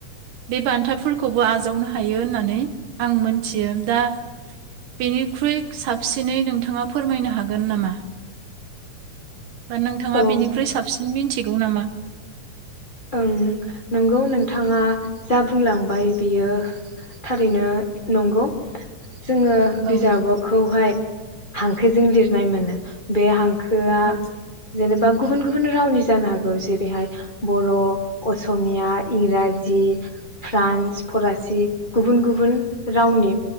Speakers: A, on the right (about 80°); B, on the left (about 30°).
A: बे बान्थाफोरखौबो आजावनो हायो होननानै आं मोनथियो दा बेनिख्रुइ साबसिनै नोंथाङा फोरमायनो हागोन नामा। बा नोंथाङा
B: औ
A: बेनिख्रुइ साबसिन मिथिगौ नगौ नामा
B: ओं नंगौ नोंथाङा जा बुंलांबाय बियो थारैनो नंगौ जोङो
A: औ
B: बिजाबखौहाय हांखोजों लिरनाय मोनो बे हांखो हांखोआ
A: औ
B: जेनेबा बा गुबुन गुबुन रावनि जानो हागौ जेरैहाय बर' असमिया इंराजि फ्रान्स फरासि गुबुन गुबुन रावनि